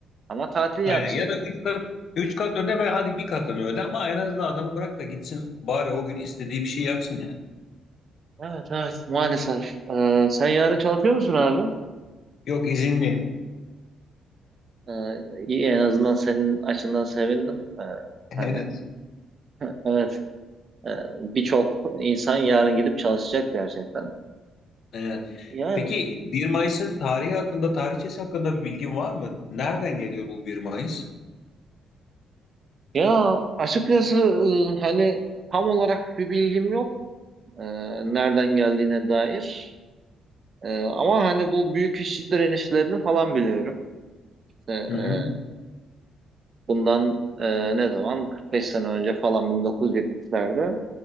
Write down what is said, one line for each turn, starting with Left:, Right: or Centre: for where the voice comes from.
Right: Ama tatil yapsın.
Left: Aynen. Ya da üç kat, üç kat öde ve hadi bir katını öde ama en azından adamı bırak da gitsin bari o gün istediği bir şey yapsın yani.
Right: Evet evet maalesef. E, sen yarın çalışıyor musun abi?
Left: Yok izinliyim.
Right: E, iyi en azından senin açından sevindim. E,
Left: <laughs>
Right: hani
Left: Evet.
Right: <laughs> evet e, birçok insan yarın gidip çalışacak gerçekten.
Left: Evet.
Right: Yani
Left: Peki 1 Mayıs'ın tarihi hakkında, tarihçesi hakkında bir bilgin var mı? Nereden geliyor bu 1 Mayıs?
Right: ya açıkçası e, hani tam olarak bir bilgim yok e, nereden geldiğine dair. Ee, ama hani bu büyük işçi direnişlerini falan biliyorum. İşte, e,
Left: Hı hı.
Right: bundan e, ne zaman? 45 sene önce falan 1970'lerde